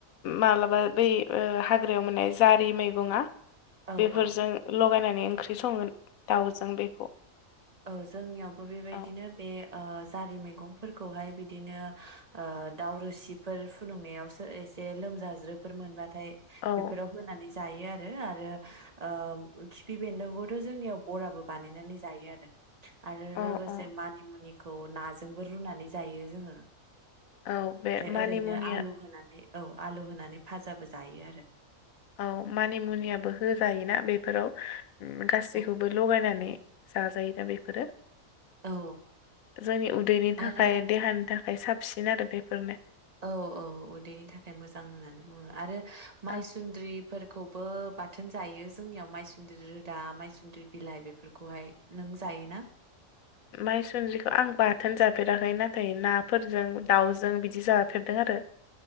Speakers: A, on the left; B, on the right.
A: मालाबा बै ओ हाग्रायाव मोननाय जारि मैगंआ
B: औ
A: बेफोरजों
B: औ
A: लगायनानै <unintelligible> ओंख्रि संगोन दाउजों बेखौ।
B: औ जोंनियावबो बेबायदिनो
A: औ
B: बे ओ जारि मैगंफोरखौहाय बिदिनो ओ दाउ रोसिफोर फुदुंनायावसो एसे लोमजा ज्रो फोर मोनबाथाय
A: औ
B: बेफोराव होनानै जायो आरो आरो ओ खिफि बेन्दोंखौथ' जोंनियाव बराबो बानायनानै जायो आरो। आरो
A: अ
B: लोगोसे
A: अ
B: मानिमुनि खौ नाजोंबो रुनानै जायो जोङो।
A: औ बे
B: ओमफ्राय
A: मानिमुनिया
B: ओरैनो आलु होनानै औ आलु होनानै भाजाबो जायो आरो
A: औ मानि मुनियाबो होजायोना बेफोराव उम गासैखौबो
B: औ
A: लगायनानै जाजायोना बेफोरो?
B: औ
A: जोंनि उदैनि थाखाय
B: आरो
A: देहानि थाख साबसिन आरो बेफोरनो।
B: औ औ उदैनि थाखाय मोजां होननानै बुङो आरो माइसुन्द्रिफोरखौ।
A: औ
B: बो बाथोन जायो जोंनियाव मायसुन्द्रि रोदा मायसुन्द्रि बिलाइ बेफोरखौहाय। नों जायोना?
A: माइसुनद्रिखौ आं बाथोन जाफेराखै नाथाय, नाफोरजों दाउजों बिदि जाफेरदों आरो।